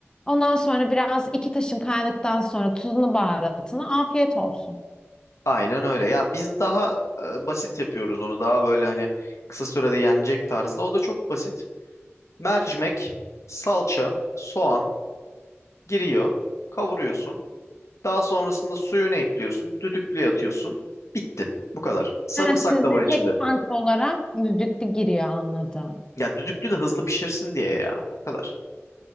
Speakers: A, on the left; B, on the left.
A: Ondan sonra biraz iki taşım kaynadıktan sonra tuzunu baharatını afiyet olsun.
B: Aynen öyle. Ya biz daha e, basit yapıyoruz onu. Daha böyle hani kısa sürede yenecek tarzda. O da çok basit. Mercimek, salça, soğan giriyor, kavuruyorsun. Daha sonrasında suyunu ekliyorsun, düdüklüye atıyorsun. Bitti. Bu kadar. Sarımsak
A: Ha, sizde
B: da var içinde.
A: tek farklı olarak düdüklü giriyor anladım.
B: Ya düdüklü de hızlı pişirsin diye ya. O kadar.